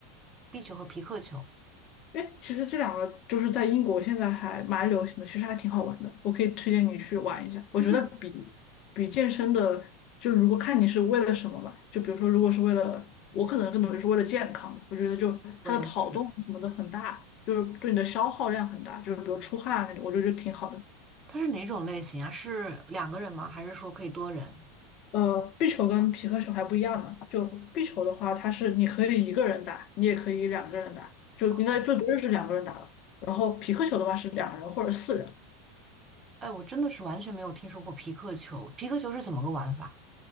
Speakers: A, on the right; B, on the left.
A: 壁球和皮克球。
B: 哎，其实这两个就是在英国现在还蛮流行的，其实还挺好玩的，我可以推荐你去玩一下。我觉得比
A: 就是
B: 比健身的，就如果看你是为了什么吧，就比如说如果是为了，我可能更多就是为了健康吧，我觉得就它的跑动什么的很大，
A: 对
B: 就是对你的消耗量很大，就是比如出汗啊那种，我觉得就挺好的。
A: 它是哪种类型啊？是两个人吗？还是说可以多人？
B: 呃，壁球跟皮克球还不一样呢，就壁球的话，它是你可以一个人打，你也可以两个人打，就应该最多就是两个人打了。
A: 哦，
B: 然后皮克球的话是两人或者四人。
A: 哎，我真的是完全没有听说过皮克球。皮克球是怎么个玩法